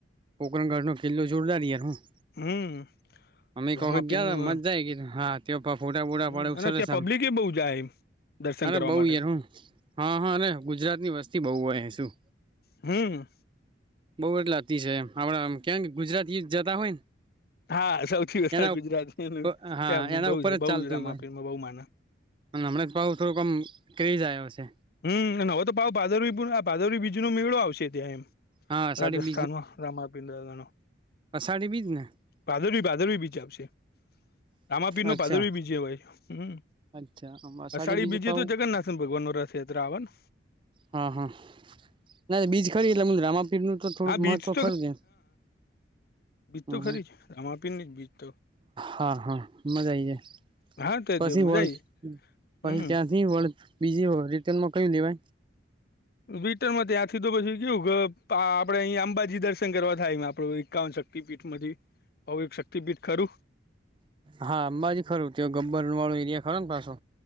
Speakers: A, on the right; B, on the left.
A: પોરણગઢનોો કિલ્લો જોડદાર યાર હું
B: હમ
A: અમે એક
B: રમાપીર
A: વખત ગયા
B: નું
A: મજા જાય હા તે ફોટા બુડા
B: હમ
A: પડે
B: અને
A: સરસ
B: ત્યાં
A: આમ
B: પબ્લિક એ બહુ જાય એમ દર્શન
A: અરે
B: કરવા
A: બઉ
B: માટે
A: યાર હું હા હા ગુજરાત ની વસ્તી બહુ હોય શું
B: હમ
A: બહુ એટ લાગતી છે એમ આપણા આમ ક્યાં ગુજરાતી જતા હોય ને
B: હા સૌથી વધારે
A: એના
B: ગુજરાત એ
A: હા
B: ત્યાં
A: એના
B: બઉ
A: ઉપર
B: છે
A: જ
B: બહુજરામ
A: ચાલતું હતું
B: આપે બહુ માન
A: અને હમણાં જ ભાવ થોડુંકમ ક્રેઝ આવ્યો છે
B: હમ નવે તો પાાવ ભાર ભારરી બીજ નો મેળો આવશે ત્યાં એમ
A: હા અષાઢી
B: રાજસ્થાનમાં રામાપિડ ન
A: પાસાાઢી બીજને
B: ભાદરવીી ભારવી બીજાશે રામાપીર નો
A: અચ્છા
B: પાદર ભી બીજે હોયમ
A: અચ્છા
B: અષાઢી
A: બીજ
B: બીજે
A: પાહુ
B: તો જગન્નાથન ભગવાન નોસ શદરાાવન
A: હા હા ના બીજ ખરી એટલે રામાપીઠ નું તો થોડુંક
B: હા બીચ
A: મહત્વ ખરું છે
B: બીજ
A: હમ
B: તો ખરી જ રામાપીર ની જ બીજ તો
A: હા હા મજા આઈ જાય
B: હા તે
A: પછી
B: જો મજા
A: વળ
B: આઈ
A: પછી
B: હમ
A: ક્યાંથી વળ બીજી હો રિટર્નમાં કયું લેવાય
B: વટરમાં ત્યાં થી તો પછી કેયું આપડે અહીયા અંબાજી દર્શન કરવા થાય આપડું એકાવનક શક્તિપીઠ મ ભું એક શક્તિપીઠ કરું
A: હા અંબાજી ખરું તે ગબ્બરણળો એરિયા ખરો ને પાછો